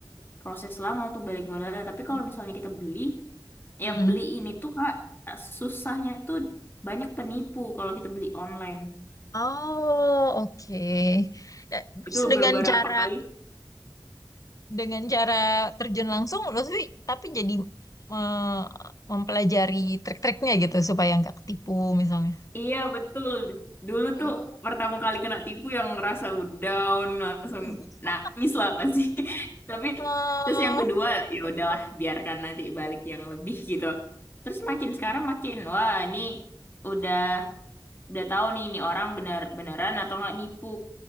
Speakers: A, on the left; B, on the left.
A: proses lama untuk balik modal. Tapi kalau
B: hmm,
A: misalnya kita beli,
B: hmm,
A: yang
B: hmm.
A: beli ini tuh Kak, susahnya tuh banyak penipu kalau kita beli online.
B: Oh, oke. Eh, terus
A: Itu
B: Dengan
A: beberapa
B: cara
A: kali.
B: dengan cara terjun langsung, Lutfi, tapi jadi eh, mempelajari trik-triknya gitu supaya nggak ketipu misalnya.
A: Iya, betul. Dulu
B: Oh,
A: tuh pertama
B: oke.
A: kali kena tipu yang ngerasa down, langsung
B: <laughs>
A: nangis lah pasti. <laughs> Tapi
B: ah
A: terus yang kedua, ya udahlah biarkan nanti balik yang lebih gitu. Terus makin sekarang makin, wah ini udah Udah tahu nih, ini orang bener beneran atau nggak nipu.